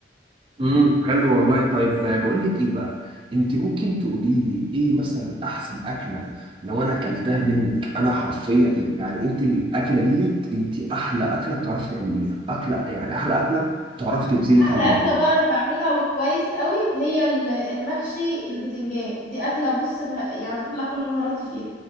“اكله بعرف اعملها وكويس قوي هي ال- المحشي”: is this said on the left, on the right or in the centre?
Left